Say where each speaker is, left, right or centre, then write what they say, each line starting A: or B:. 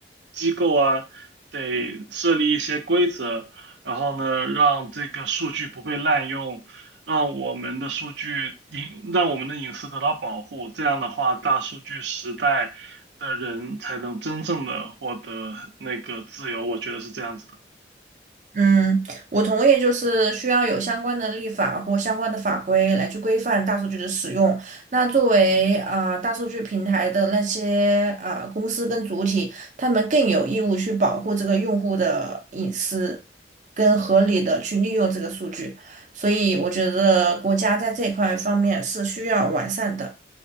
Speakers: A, on the right; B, on the right.
A: 机构啊，得设立一些规则，然后呢，让这个数据不被滥用。让我们的数据隐，让我们的隐私得到保护。这样的话，大数据时代的人才能真正的获得那个自由。我觉得是这样子的。
B: 嗯，我同意，就是需要有相关的立法或相关的法规来去规范大数据的使用。那作为啊、呃大数据平台的那些啊、呃公司跟主体，他们更有义务去保护这个用户的隐私。更合理的去利用这个数据。所以我觉得国家在这块方面是需要完善的。